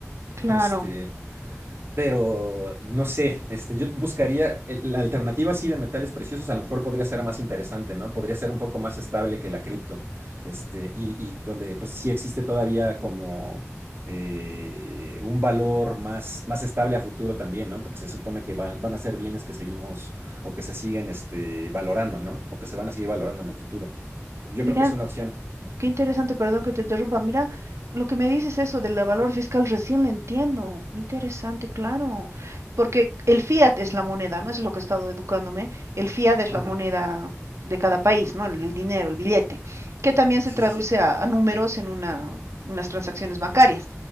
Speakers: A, on the right; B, on the right.
A: Claro.
B: Este, pero no sé, este, yo buscaría el- la alternativa así de metales preciosos, a lo mejor podría ser más interesante, ¿no? Podría ser un poco más estable que la cripto, este, y, y donde pues sí existe todavía como eh, un valor más, más estable a futuro también, ¿no? Porque se supone que va- van a ser bienes que seguimos o que se siguen este, valorando, ¿no? O que se van a seguir valorando en el futuro. Yo
A: Mira,
B: creo que es una opción.
A: Qué interesante, perdón que te interrumpa. Mira, lo que me dices eso del valor fiscal recién lo entiendo. Interesante, claro. Porque el fiat es la moneda, ¿no? Eso es lo que he estado educándome. El fiat es
B: Ajá,
A: la moneda de cada país, ¿no? El, el dinero, el billete, que también se
B: sí,
A: traduce
B: sí, sí.
A: a, a números en una, en las transacciones bancarias.